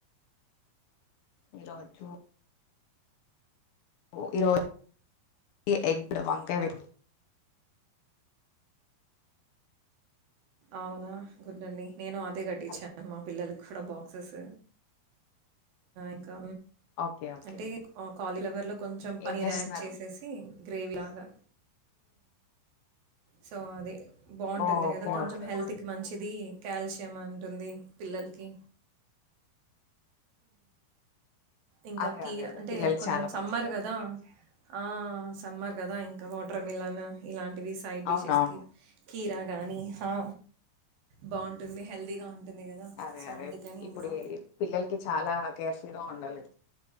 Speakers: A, on the left; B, on the right.
A: ఈ రోజు ఓ ఈరోజు ఎగ్ వంకయ వె
B: అవునా గుడ్ అడి నేను అదే కట్టించాను
A: హలో
B: మా పిల్లల కూడా బ్యాంక్స్ ఇంకా
A: ఓకే ఓకే
B: అంటే కాలీ ఫ్లవర్లో కొంచెం పనీర్
A: ఏం చేస్తున్నారు
B: యాడ్ చేసేసి గ్రేవీ లాగా సో అది బాగుంటుంది
A: ఓకే
B: కద
A: ఓకే
B: కొంచెం హెల్త్కి మంచిది కాల్షియం ఉంటుంది పిల్లలకి ఇంకా
A: అదే
B: కీర
A: అదే అదే
B: అంటే
A: పిల్లలకి
B: కొంచెం
A: చాలా
B: సమ్మర్
A: మంచిది
B: కదా ఆ సమ్మర్ కదా ఇంకా వాటర్ మిలన్ ఇలాంటివి సైడ్ డిషెస్కి
A: అవునవును
B: కీరా గానీ హా బాగుంటుంది హెల్తీగా ఉంటుంది. గదా!
A: అదే
B: సో,
A: అదే
B: అందుకని
A: ఇప్పుడు
B: ఇంకా
A: పిల్లలకి చాలా కేర్ఫుల్ గా ఉండాలి